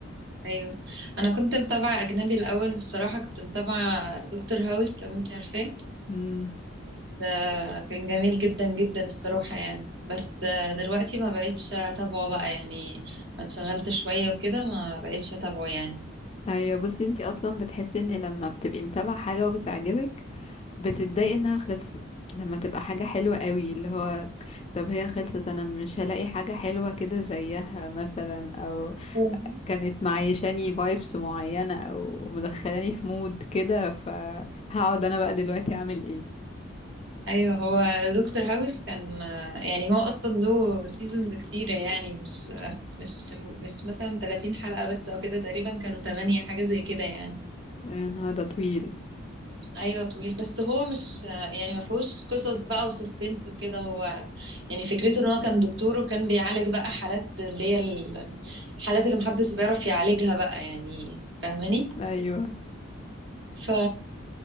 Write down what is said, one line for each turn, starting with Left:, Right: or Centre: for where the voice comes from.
Right: ايوه انا كنت متابعه اجنبي الاول الصراحه كنت متابعه دكتور هاوس لو انت عارفاه
Left: امم
Right: بس آه، كان جميل جدا جدا الصراحه يعني بس آه، دلوقتي ما بقتش اتابعه بقى يعني ما اتشغلت شويه وكده ما بقتش اتابعه يعني
Left: ايوه بصي انتي اصلا بتحسي ان لما بتبقي متابعه حاجه وبتعجبك بتتضايق انها خلصت لما تبقى حاجة حلوة قوي اللي هو طب هي خلصت انا مش هلاقي حاجة حلوة كده زيها مثلا او
Right: أوه.
Left: كانت معيشاني فايبس معينة او مدخلاني في مود كده فهقعد انا بقى دلوقتي اعمل ايه
Right: ايوه هو دكتور هاوس كان آه، يعني هو اصلا له سيزونز كتيره يعني مش آه، مش مش مثلا 30 حلقه بس او كده تقريبا كانوا 8 حاجه زي كده يعني
Left: يا نهار ده طويل
Right: ايوه طويل بس هو مش يعني ما فيهوش قصص بقى وسسبنس وكده هو يعني فكرته ان هو كان دكتور وكان بيعالج بقى حالات اللي هي ال- الحالات اللي محدش بيعرف يعالجها بقى يعني فاهماني
Left: ايوه
Right: ف